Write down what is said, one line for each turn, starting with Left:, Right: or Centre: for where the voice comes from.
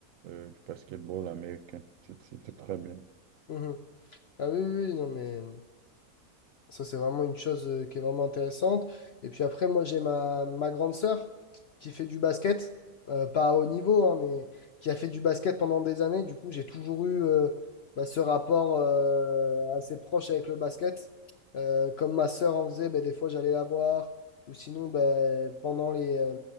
Right: euh, du basketball américain. C'est c'est très bien.
Left: Mhm. Ah oui, oui, oui, non, mais. Ça, c'est vraiment une chose euh, qui est vraiment intéressante. Et puis après, moi, j'ai ma, ma grande sœur qui fait du basket, euh, pas à haut niveau, hein, mais qui a fait du basket pendant des années. Du coup, j'ai toujours eu euh, bah, ce rapport euh, assez proche avec le basket. Euh, comme ma sœur en faisait, bah, des fois, j'allais la voir. Ou sinon, bah, pendant les, euh,